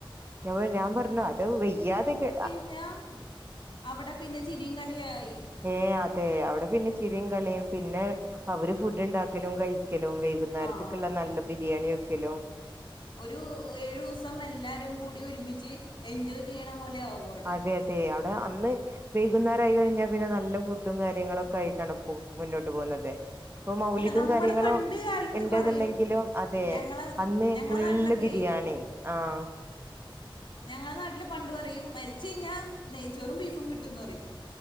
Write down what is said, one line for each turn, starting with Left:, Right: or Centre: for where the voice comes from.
Right: ഞാൻ പ ഞാ പർഞ്ഞു അത് വയ്യാതെക്കെ
Left: ഞ്ഞാ അവ്ടെ പിന്നെ ചിരീം കളീം ആയ്
Right: ഏ അ അതെ അവിടെ പിന്നെ ചിരിയും കളിയും പിന്നെ അവര് ഫുഡ് ഉണ്ടാക്കലും കഴ് ക്കലും വൈകുന്നേരത്തേക്കുള്ള
Left: ആഹ്
Right: നല്ല ബിരിയാണിയോ <unintelligible>
Left: ഒരു ഏഴുസം എല്ലാരും കൂടി ഒരുമിച്ച് എൻജോയ്- <unintelligible> പോലെ <unintelligible>
Right: അതെ <unintelligible> അന്ന് വൈകുന്നേരായി കഴിഞ്ഞാ പിന്നെ നല്ല ഫുഡും കാര്യങ്ങളൊക്കെയിട്ടാണ് പോ മുന്നോട്ട് പോകുന്നത്- ഇപ്പൊ മൗലിതും
Left: അല്ല നമ്മള്
Right: കാര്യങ്ങളും
Left: പണ്ട് കാലത്ത്
Right: ഇണ്ടെന്നുണ്ടെങ്കിലും
Left: പറയും
Right: അതെ
Left: ഞങ്ങളെ
Right: അന്ന്
Left: ഞങ്ങളെ
Right: ഫുള്
Left: നാട്ടിലൊക്കെ
Right: ബിരിയാണി ആ-
Left: ഞങ്ങളെ നാട്ടില് പണ്ട് പറയും മരിച്ച കഴിഞ്ഞാ നെയ്ച്ചോറും ബീഫും കിട്ടുന്ന് പറയും